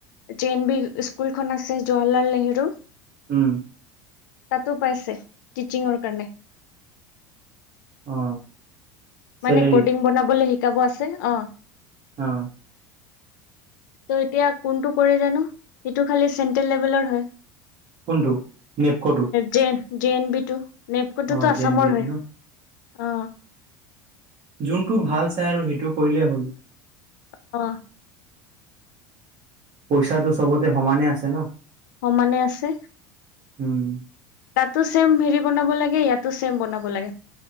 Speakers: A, on the left; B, on the right.
A: জে এন বি স্কুলখন আছে জৱাহৰলাল নেহেৰু
B: উম
A: তাতো পাইছে টিচিঙৰ কাৰণে
B: অ
A: মানে
B: চেলেৰী
A: কডিং বনাবলে শিকাব আছে অ
B: অ
A: ত' এতিয়া কোনটো কৰে জানো সেইটো খালি চেন্ট্ৰেল লেভেলৰ হয়
B: কোনটো নেপক'টো
A: জেন জে এন বি টো নেপকোটোতো
B: অ
A: আছামৰ
B: জেন বিত
A: হয়
B: ন
A: অ
B: যোনটো ভাল চাই আৰু সেইটো কৰিলেই হ'ল
A: অ
B: পইচা চবতে সমানে আছে ন
A: সমানে আছে
B: উম
A: তাতো ছেম হেৰি বনাব লাগে ইয়াতো ছেম বনাব লাগে